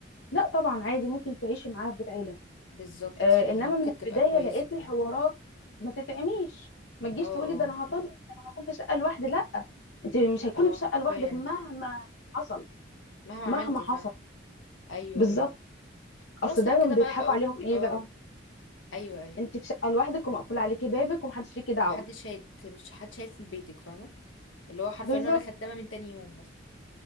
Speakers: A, on the left; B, on the left.
A: لا طبعا عادي ممكن تعيشي معاها في بيت عيله
B: بالظبط
A: آه،
B: يعني
A: انما
B: ممكن
A: من
B: تبقى
A: البدايه
B: كويسة
A: لقيت
B: فاهمة
A: الحوارات ما تتعميش ما تجيش
B: اه اه
A: تقولي ده انا هطنش ده انا هكون في شقه لوحدي لا انت مش هتكوني
B: اه
A: في شقه
B: حرفيا
A: لوحدك مهما حصل
B: مهما عملتي
A: مهما حصل
B: فاهمة ايوه
A: بالظبط
B: ايوه خلاص
A: اصل دايما
B: لو كده
A: بيضحكوا
B: بقى بقول
A: عليهم ايه
B: اه
A: بقى
B: ايوه ايوه
A: انت في شقه لوحدك ومقفول عليكي بابك ومحدش ليكي دعوه
B: ما حدش شايت مش حد شايت في بيتك فاهمه اللي هو حرفيا
A: بالظبط
B: انا خدامه من تاني يوم مثلا